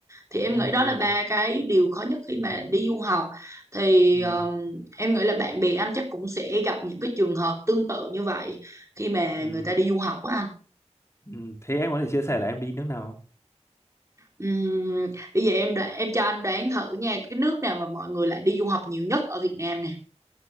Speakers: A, on the right; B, on the left.
A: thì em
B: ừ
A: nghĩ đó là ba cái điều khó nhất khi mà đi du học thì
B: ừ
A: um, em nghĩ là bạn bè anh chắc cũng sẽ gặp những cái trường hợp tương tự như vậy khi mà
B: ừ
A: người ta đi du học á anh
B: Ừ, thế em có thể chia sẻ là em đi nước nào không?
A: Ừm, bây giờ em đoán, em cho anh đoán thử nha cái nước nào mà mọi người lại đi du học nhiều nhất ở Việt Nam nè